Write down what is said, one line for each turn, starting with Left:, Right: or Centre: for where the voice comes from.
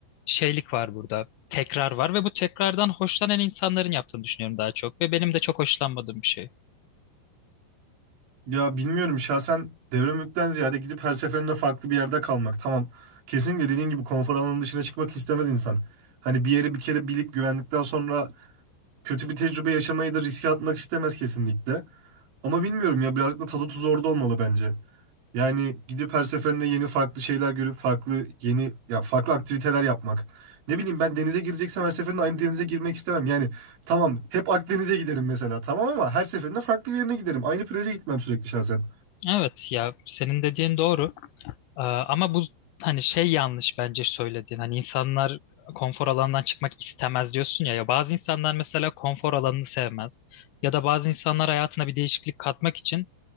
Left: şeylik var burada. Tekrar var ve bu tekrardan hoşlanan insanların yaptığını düşünüyorum daha çok ve benim de çok hoşlanmadığım bir şey.
Right: Ya bilmiyorum şahsen devre ziyade gidip her seferinde farklı bir yerde kalmak. Tamam. Kesinlikle dediğin gibi konfor alanının dışına çıkmak istemez insan. Hani bir yeri bir kere bilip güvendikten sonra kötü bir tecrübe yaşamayı da riske atmak istemez kesinlikle. Ama bilmiyorum ya birazcık da tadı tuzu orada olmalı bence. Yani gidip her seferinde yeni farklı şeyler görüp farklı yeni ya farklı aktiviteler yapmak. Ne bileyim ben denize gireceksem her seferinde aynı denize girmek istemem. Yani tamam hep Akdeniz'e giderim mesela tamam ama her seferinde farklı bir yerine giderim. Aynı plaja gitmem sürekli şahsen.
Left: Evet ya senin dediğin doğru. Ee, ama bu hani şey yanlış bence söylediğin. Hani insanlar konfor alanından çıkmak istemez diyorsun ya. Ya bazı insanlar mesela konfor alanını sevmez. Ya da bazı insanlar hayatına bir değişiklik katmak için